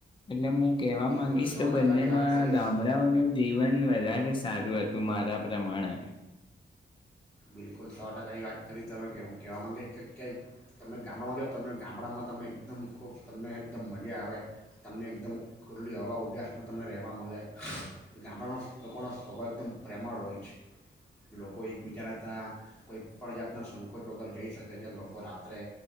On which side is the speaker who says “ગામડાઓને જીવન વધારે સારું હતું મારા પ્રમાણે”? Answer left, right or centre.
Left